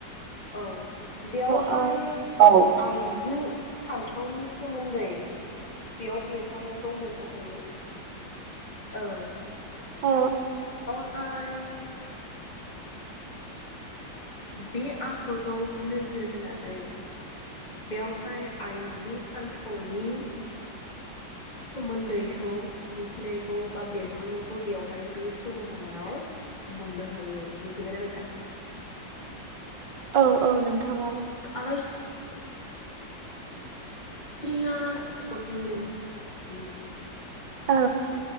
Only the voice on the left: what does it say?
औ। बेयावहाय
आइजो सान्थौ उनिस सोमोन्दै बेयाव बेरखांबाय खौ मोननो हायो। औ
बेयावहाय बे आखोखौ नोजोर होनानै बेवहाय आइजो सान्थौनि सोमोन्दैखौ मिथिनायखौ बा बेरखांनायखौ बेयावहा माय बे सल'मायाव मोननो हायो मिथिबायना नोंथां?
आलायस्रिया <unintelligible>